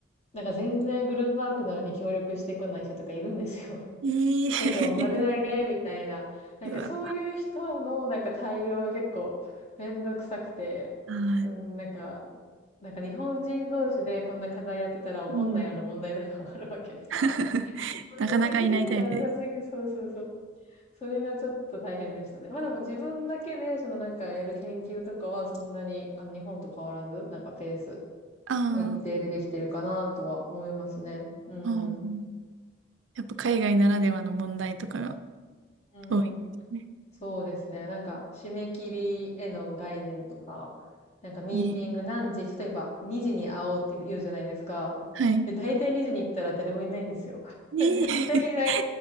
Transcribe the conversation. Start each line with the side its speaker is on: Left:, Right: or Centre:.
Left: なんか全然グループワークなのに協力してこない人とかいるんですよ。
Right: ええ
Left: <laughs> なんかもう丸投げみたいな。なんかそういう人のなんか対応が結構めんどくさくて、
Right: <laughs> うわ。はい。
Left: うん、なんか、なんか日本人同士でこんな課題やってたら怒んないような問題とかもあるわけです。
Right: うん <laughs>
Left: もうなんか責任感なさすぎ、
Right: なかなかいないタイプです。
Left: そうそうそう。それがちょっと大変でしたね。まあでも自分だけでそのなんかやる研究とかはそんなにあの日本と変わらず、なんかペース
Right: あ
Left: を一定でできてるかなとは思いますね。うんうん。
Right: あー、あーやっぱ海外ならではの問題とかが
Left: うんうん。
Right: 多いですね。
Left: そうですね。なんか、締め切りへの概念とか、なんかミーティング何時、
Right: ね。
Left: 例えば2時に会おうって言うじゃないですか。
Right: はい。
Left: で、大体2時に行ったら誰もいないんですよ。<laughs>
Right: ね
Left: 絶対いない。
Right: え。